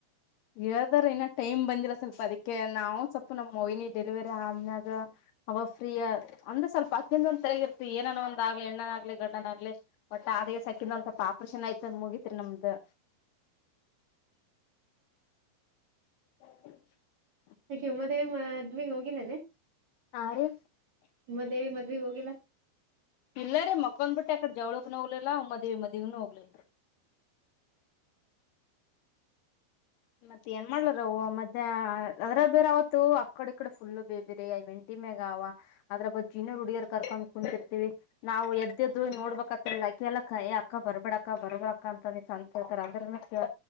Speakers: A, on the left (about 85°); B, on the right (about 50°).
A: ಹದಾರ ಇನ್ನ ಟೈಮ್ ಬಂದಿಲ್ಲ ಸ್ವಲ್ಪ ಅದಕ್ಕೆ ನಾವು ಸ್ವಲ್ಪ ನಮ್ಮ್ ಮವಿನಿ ಡೆಲಿವರಿ ಆದನ್ಯಾಗ ಅವ ಫ್ರೀಯ ಅಂದ್ರ ಸ್ವಲ್ಪ ಅಕ್ಕಿಂದ ಒಂದ್ರಗಿರ್ತಿ ಏನೋ ಒಂದ ಆಗ್ಲಿ ಎಣ್ಣನಾಗಲಿ ಗಂಡಡನ್ಗ್ಲಿ ಒಟ್ಟ ಅ ಸಕಂದು ಒಂದ್ ಸ್ಲ್ಪ ಆಪರೇಷನ್ ಆಯತ ಅ ಮುಗಿತತ್ರಿ ನಮ್ದು
B: <inaudible>
A: <inaudible>
B: <unintelligible> ಮದ್ಗ್ ಹೋಗಿಲ್ಲೇನೆ
A: ಆ ರೀ
B: ಮದೇವಿ ಮದ್ವೆ ಹೋಗಿಲ್ಲ
A: ಇಲ್ಲಾರೆ ಮಕ್ಕಳಂದ ಬಿಟ್ಟು ಅಕಡೆ ಜವ್ಳಕ್ನೂ ಹೋಗ್ಲಿಲ್ಲ ಮದ್ವಿ ಮದಗ್ನುೂ ಹೋಗ್ಲಿಲ್ಲ
B: ಇಲ್ಲ
A: ಮತ್ತತ್ ಏನ್ ಮಾಡ್ಲಾರ ಮತ್ತೆ ಅದ್ರ ಬೇರೆ ಅವವತ್ತು ಆಕಡೆ ಈ ಕಡೆ ಫುಲ್ಲ ಬೇಬೇರೆಂಟಿ <unintelligible> ಅವ ಅದ್ರ ಬಗ್ ಜಿನನ ಹುಡುಗಿಯರ್ ಕರ್ಕೊಂಡ್ ಕುಂತಿರ್ತಿವಿ ನಾವು ಎದ್ದದ್ರು ನೋಡ್ಬೇಕತ್ತಲ್ಲ ಕೇಳಲಕ್ಕಯ ಅಕ್ಕ ಬರ್ಬೇಡಕ್ಕ ಬರ್ಬಿಡಕ್ಕ ಅಂತ ನೀ ಅಂತಳ್ತಾರ ಅಂದ್ರ